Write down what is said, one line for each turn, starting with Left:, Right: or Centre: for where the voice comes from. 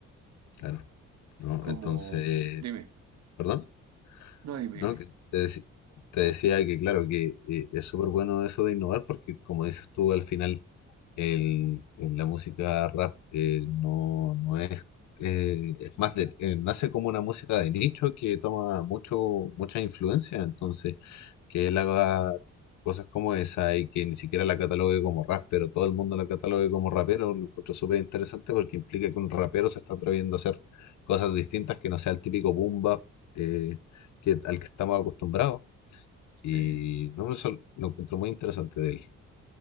Left: claro. No,
Right: Como,
Left: entonces,
Right: dime,
Left: ¿perdón?
Right: no, dime,
Left: ¿no?
Right: dime.
Left: Que te, deci- te decía que, claro, que eh, es súper bueno eso de innovar porque, como dices tú, al final el, en la música rap eh, no, no es, eh, es más de, eh, nace como una música de nicho que toma mucho, mucha influencia, entonces que él haga cosas como esa y que ni siquiera la catalogue como rap, pero todo el mundo la catalogue como rapero, lo encuentro súper interesante porque implica que un rapero se está atreviendo a hacer cosas distintas que no sea el típico boom bap. eh, que, al que estamos acostumbrados.
Right: Sí,
Left: Y no me sol- lo encuentro muy interesante de él.